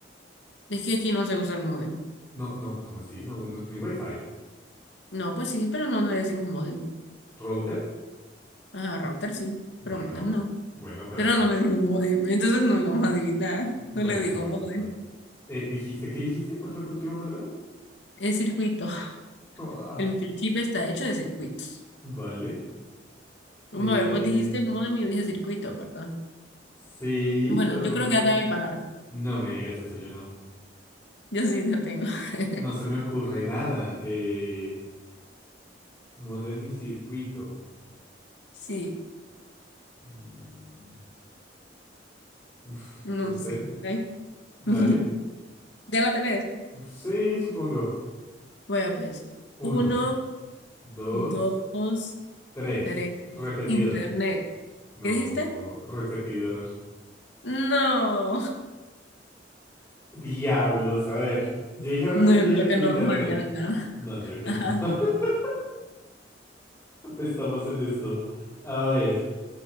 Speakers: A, on the left; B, on the left.
A: Es que aquí no se usa el módem.
B: No, no, ¿cómo así? No, no tienen wifi.
A: No, pues sí, pero no le decimos módem.
B: ¿Router?
A: Ajá, router sí,
B: Bueno,
A: pero módem no.
B: bueno, pero,
A: Pero
B: pero,
A: no le digo módem, entonces no lo vamos a adivinar.
B: bueno,
A: No le digo
B: sí, buen
A: módem.
B: punto. Eh, ¿dijiste qué dijiste? ¿Cuál fue tu última palabra?
A: Es circuito. <laughs>
B: Oh, ah,
A: El microchip está hecho de circuitos.
B: vale. Eh,
A: Vamos a ver, vos dijiste módem y yo dije circuito, ¿verdad?
B: sí,
A: Bueno,
B: pero
A: yo
B: no
A: creo
B: se
A: que
B: me
A: ya
B: ocurre.
A: te doy mi palabra.
B: No me digas eso, yo no.
A: Yo sí la tengo. <laughs>
B: No se me ocurre nada. Eh, Modem y circuito.
A: Sí,
B: Mm, uf,
A: no
B: no sé.
A: sé. Ay.
B: Dale.
A: <laughs> ¿Ya la tenés?
B: Sí, supongo.
A: Bueno, pues,
B: Uno,
A: uno,
B: dos,
A: dos,
B: tres.
A: tres.
B: Repetidor.
A: Internet.
B: No,
A: ¿Qué dijiste?
B: repetidor.
A: No, <laughs>
B: Diablos, a ver. Yo dije repetidor
A: no, yo creo
B: y
A: que
B: tu
A: no
B: internet.
A: vamos a llegar a nada.
B: No, yo
A: <laughs>
B: creo
A: Ajá.
B: que no. <laughs> Estamos en esto. A ver.